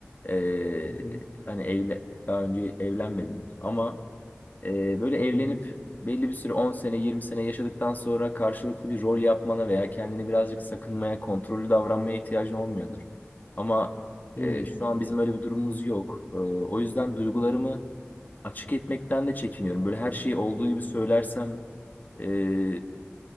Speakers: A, on the left; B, on the left.
A: e,
B: Hı hı.
A: hani evle daha önce evlenmedim ama ee, böyle evlenip
B: Hı hı.
A: belli bir süre 10 sene 20 sene yaşadıktan sonra karşılıklı bir rol yapmana veya kendini birazcık sakınmaya, kontrollü davranmaya ihtiyacın olmuyordur. Ama e,
B: Hmm.
A: şu an bizim öyle bir durumumuz yok. Ee, o yüzden duygularımı açık etmekten de çekiniyorum. Böyle her şeyi olduğu gibi söylersem e,